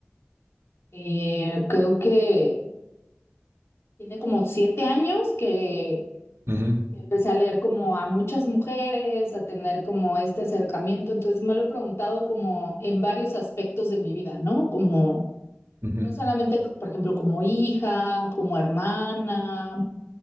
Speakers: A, on the left (about 70°); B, on the right (about 75°).
A: eh, creo que tiene como siete años que
B: Uh -huh,
A: empecé a leer como a muchas mujeres, a tener como este acercamiento. Entonces me lo he preguntado como en varios aspectos de mi vida, ¿no? Como
B: uh -huh.
A: No solamente, por ejemplo, como hija, como hermana,